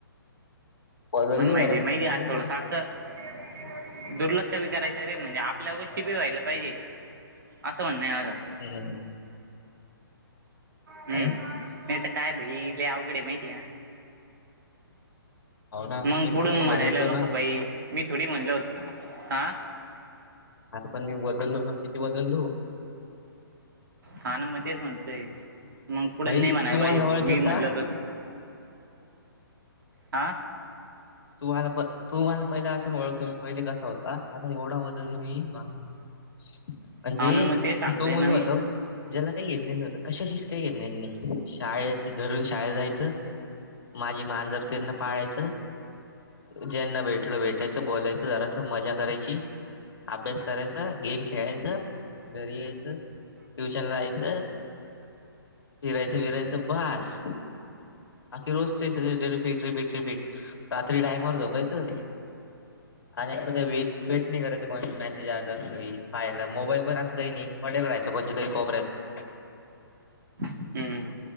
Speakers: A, on the left; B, on the right.
A: बदललो
B: म्हणून माहिती
A: जरा हम्म
B: माहिती आ थोडस असं दुर्लक्ष बी करायचं रे म्हणजे आपल्या गोष्टी बी व्हायला पाहिजे, असं म्हणणं आहे माझं.
A: हम्म हम्म,
B: हम्म
A: काय?
B: नाही तर काय बई लई आवघड हाय माहिती.
A: हो ना
B: मग
A: मी
B: पुढून
A: पूर्ण
B: म्हणायला
A: बदललो
B: नको
A: ना
B: बाई मी थोडी म्हणल होत आ.
A: अरे पण मी बदलो ना किती बदलो.
B: हा ना मग तेच म्हणतय. मग पुढे
A: भाई
B: नाही म्हणाय
A: तू मला
B: <unintelligible>
A: ओळखायचा
B: मी म्हटलं तर, आ.
A: तुमला पण तूम्हाला पहिले असून ओळखतो मी पहिले कसा होता. आता एवढा बदल मी म्हणजे
B: हा ना मग ते सांगतोय
A: मी तो
B: ना
A: मु होतो. ज्याला काही लेन देन नवतं कशाशीच काही <unintelligible> शाळेत घरून शाळेेत जायचं. माझी माजर त्यांना पाळायचं. ज्यांना भेटलो भेटायचं बोलायचं जरास मजा करायची. अभ्यास करायचा गेम खेळायच घरी यायचं. ट्युशन लाहायचं फिरायचं विरायचं भास. आखी रोज ते रिपीट, रिपीट, रिपीट. रात्री टाइमवर झोपायचं आणि काही वे - वेट नाही करायचं. कोणाचे मेसेज आलं. काही पाहयला. मोबाईल पण असं, काही नाही. पडेल राहायचं. कोणच्या तरी कोपऱ्यात.
B: हम्म